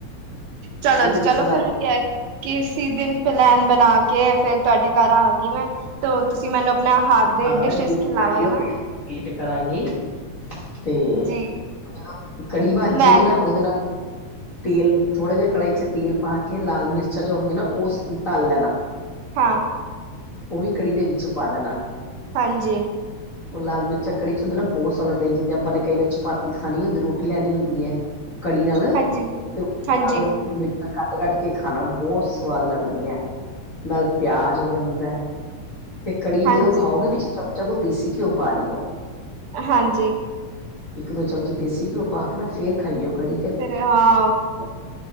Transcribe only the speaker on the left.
ਰਿਸ਼ਤੇਦਾਰ
ਆਂਦੇ
ਹਾਂ
ਜ਼ਰੂਰ
ਆਇਓ
ਵੇਟ ਕਰਾਂਗੇ ਤੇ
<inaudible> ਕੜ੍ਹੀ ਜਾਏਗੀ
ਨਾ ਉਹਦੇ ਨਾਲ ਤੇਲ ਥੋੜ੍ਹਾ ਜੇਆ ਕੜਾਹੀ 'ਚ' ਤੇਲ ਪਾ ਕੇ ਲਾਲ ਮਿਰਚਾਂ ਜੋ ਹੋਣਗੀਆਂ ਨਾ ਓਸ ਤਲ ਲੈਣਾ।
ਉਹ ਵੀ ਕੜ੍ਹੀ ਦੇ ਵਿੱਚ ਪਾ ਦੇਣਾ।
ਉਹ ਲਾਲ ਮਿਰਚਾਂ ਕੜ੍ਹੀ 'ਚ' ਹੁੰਦੇ ਨਾ ਬਹੁਤ ਸਵਾਦ ਲੱਗਦੇ ਜਿੰਦੇ ਆਪਾਂ ਨੇ ਕਈ ਵਾਰ ਚਪਾਤੀ ਖਾਣੀ ਹੁੰਦੀ ਐ ਰੋਟੀ ਲੈਣੀ ਹੁੰਦੀ ਐ। ਕੜ੍ਹੀ ਨਾਲ ਤੇ
ਰੋਟੀ
ਦੇ ਨਾਲ ਉਹ ਮਿ ਕੱਟ-ਕੱਟ ਕੇ ਖਾਣਾ ਬਹੁਤ ਸੁਆਦ ਲੱਗਦੀ ਐ ਨਾਲ ਪਿਆਜ ਹੋ ਜਾਂਦਾ। ਤੇ ਕੜ੍ਹੀ
ਜਦੋਂ ਖਾਓਗੇ ਵਿੱਚ ਚਮਚਾ ਕੁ ਦੇਸੀ ਘਿਓ ਪਾ ਲਓ।
ਇੱਕ-ਦੋ ਚਮਚੀ ਦੇਸੀ ਘਿਓ ਪਾ ਕੇ ਨਾ ਫਿਰ ਖਾਈਓ ਕੜ੍ਹੀ।